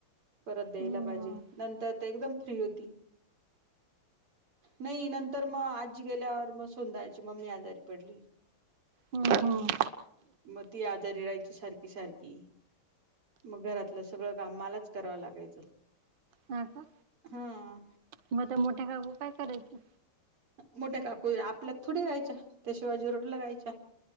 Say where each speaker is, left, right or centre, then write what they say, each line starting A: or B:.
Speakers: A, on the right (about 80°); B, on the right (about 60°).
A: परत द्यायला
B: हम्म
A: पाहिजे नंतर ते एकदम फ्री होती नाही नंतर मग आजी गेल्यावर मग सोधाळची मम्मी आजारी पडली
B: हम् हम्
A: मग ती आजारी राहायची सारखी सारखी मग घरातलं सगळं काम मलाच करावं लागायचं
B: ह का
A: हा
B: म त्या मोठ्या कागू काय करायचं
A: मोठ्या काकू आपल्यात थोडी राहायच्या त्याशिवाय जी रडला राहायच्या